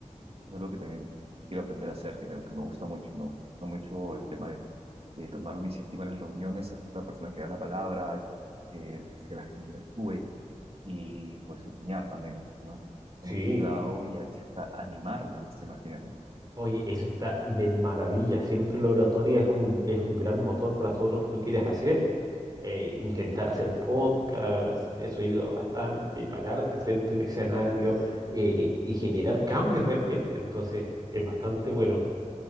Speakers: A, on the right (about 50°); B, on the right (about 30°).
A: Es algo que también quiero aprender a hacer, que me, que me gusta mucho. Me gusta mucho el tema de, de tomar la iniciativa en las reuniones, ser la persona que da la palabra, el con- que, el que hace que la gente interactúe y pues enseñar también, ¿no?
B: sí.
A: Por mucho ese lado y, a- y hasta animar, me gusta, imagínate.
B: Oye, eso está de maravilla. Siempre la oratoria es un, es un gran motor para todo lo que tú quieres hacer. Eh, intentar hacer podcast, eso ayuda bastante. Pararte frente a un escenario eh, y generar cambios realmente. Entonces, es bastante bueno.